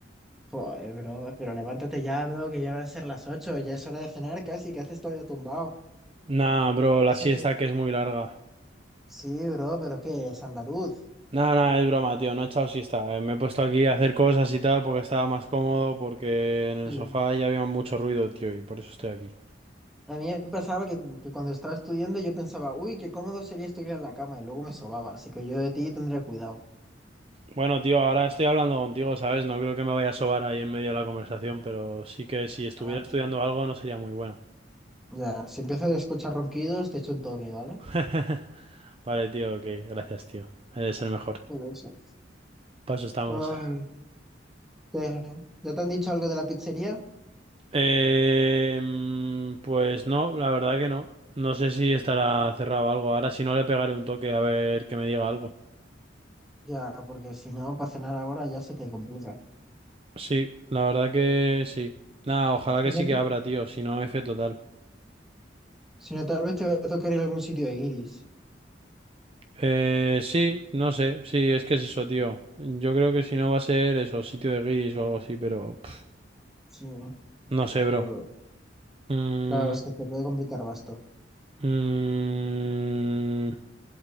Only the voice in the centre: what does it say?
Joder, bro, pero levántate ya, bro, que ya van a ser las 8, ya es hora de cenar casi, que haces todavía tumbado?
Pasa
que-
Sí, bro, pero ¿qué? Es andaluz.
Sí.
A mí me pasaba que, que cuando estaba estudiando yo pensaba, uy, qué cómodo sería estudiar en la cama, y luego me sobaba, así que yo de ti tendría cuidado.
Ah,
ya, si empiezo a escuchar ronquidos, te echo un toque, ¿vale?
Pero eso.
Ay, ¿qué? ¿Ya te han dicho algo de la pizzería?
Ya, porque si no, para cenar ahora ya se te complica.
Si
no,
te-
si no, tal vez te va a tocar ir a algún sitio de Iris.
Sí,
pero
claro, se te puede complicar basto.